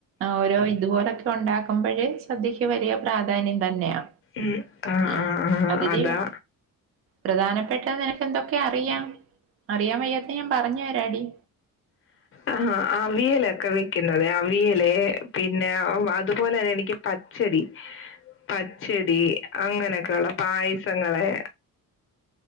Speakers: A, on the right (about 40°); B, on the left (about 35°).
A: ഓരോ ഇതുപോലൊക്കെ ഉണ്ടാക്കുമ്പോഴേ സദ്യക്ക് വലിയ പ്രാധാന്യം തന്നെയാ
B: ഉ ആഹ്
A: ഉം
B: ആഹ് ആഹ്
A: അതില്
B: അതാ
A: പ്രധാനപ്പെട്ട നിനക്ക് എന്തൊക്കെ അറിയാം അറിയാൻ വയ്യാത്ത ഞാൻ പറഞ്ഞു തരാടി
B: ആ അവിയലൊക്കെ വെക്കുന്നത് അവിയല് പിന്നെ അതുപോലെ തന്നെ പിന്നെ അതുപോലെ തന്നെ എനിക്ക് പച്ചടി പച്ചടി അങ്ങനെയൊക്കെയ ഉള്ള പായസങ്ങളെ